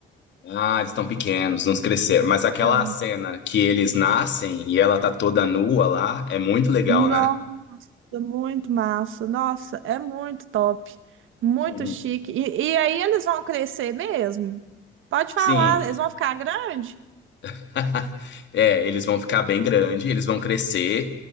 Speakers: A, on the left (about 65°); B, on the right (about 80°).
A: Ah, eles estão pequenos, não cresceram. Mas aquela
B: Tá.
A: cena que eles nascem e ela tá toda nua lá, é muito legal,
B: Nossa,
A: né?
B: muito massa. Nossa, é muito top. Muito
A: Uhum.
B: chique. E, e aí eles vão crescer mesmo? Pode
A: Sim.
B: falar, eles vão ficar grandes?
A: <laughs> É, eles vão ficar bem grande, eles vão crescer